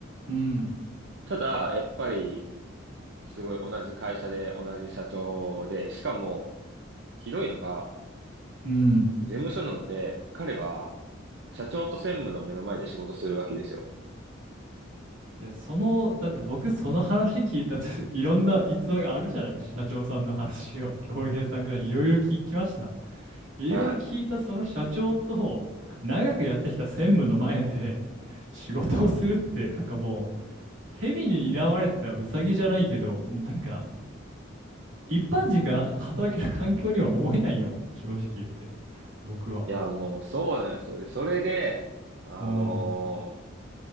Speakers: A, on the right (about 85°); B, on the right (about 60°).
A: うん。
B: ただやっぱりすごい同じ会社で同じ社長で、しかもひどいのが
A: うん。
B: 事務所なので、彼は社長と専務の目の前で仕事するわけですよ。
A: いや、その、だって僕その話聞いたって <laughs> いろんな逸話があるじゃない、社長さんの話を、恭平さんからいろいろ聞きました。いろいろ聞いたその社長と長くやってきた専務の前で
B: はい。
A: <laughs> 仕事をするってなんかもう蛇に睨まれたウサギじゃないけどもうなんか一般人が働ける環境には思えないよ正直言って僕は。
B: いやもうそうなんですよ。で、それで、あのー
A: うん。うん